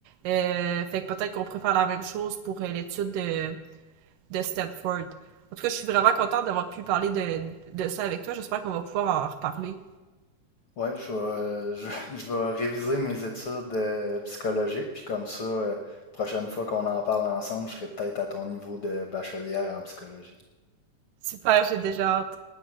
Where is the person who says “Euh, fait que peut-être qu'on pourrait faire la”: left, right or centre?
Right